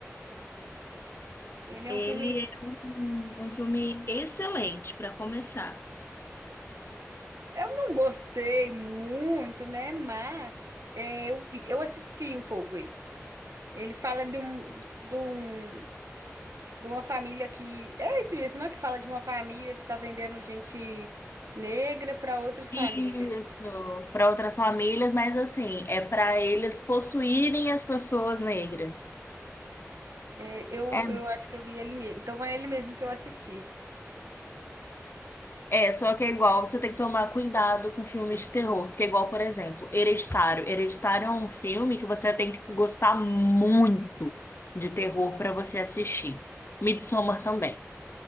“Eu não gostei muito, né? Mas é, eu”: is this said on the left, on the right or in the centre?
Right